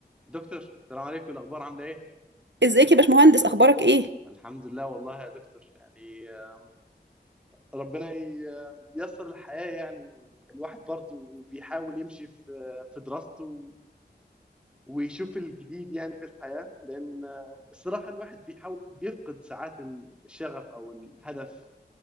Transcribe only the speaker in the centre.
دكتور السلام عليكم الاخبار عامله ايه
الحمد لله والله يا دكتور يعني آم، ربنا ي- آم، ييسر الحياه يعني الواحد برضو بيحاول يمشي في في دراسته ويشوف الجديد يعني في الحياه لان آم، الصراحه الواحد بيحاول بيفقد ساعات الشغف او الهدف